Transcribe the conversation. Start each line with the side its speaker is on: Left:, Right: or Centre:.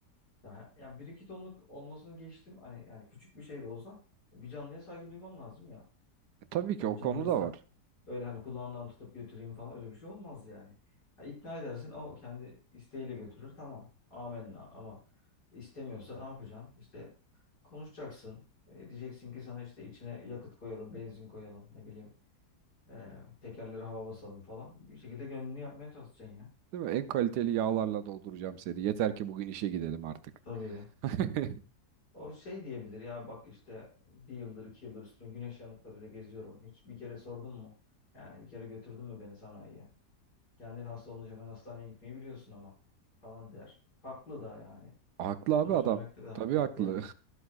Left: daha ya bir iki tonluk olmasını geçtim. Hani yani küçük bir şey de olsa bir canlıya saygı duyman lazım ya.
Right: E, tabii ki
Left: O
Right: o
Left: bir canlıysa
Right: konu da var.
Left: öyle hani kulağından tutup götüreyim falan öyle bir şey olmaz yani. Ha, ikna edersin o kendi isteğiyle götürür tamam. Amenna ama istemiyorsa ne yapacaksın? İşte konuşacaksın. E, diyeceksin ki sana işte içine yakıt koyalım, benzin koyalım ne bileyim. E, tekerleri hava basalım falan. Bir şekilde gönlünü yapmaya çalışacaksın ya.
Right: Değil mi? En kaliteli yağlarla dolduracağım seni. Yeter ki bugün işe gidelim artık.
Left: Tabii.
Right: <laughs>
Left: O şey diyebilir ya bak işte bir yıldır iki yıldır üstüne güneş yanıklarıyla geziyorum. Hiç bir kere sordun mu? Yani bir kere götürdün mü beni sanayiye? Kendin hasta olunca hemen hastaneye gitmeyi biliyorsun ama falan der. Haklı da yani.
Right: Haklı abi
Left: Bunu söylemekte
Right: adam.
Left: de haklı.
Right: Tabii haklı.
Left: Yani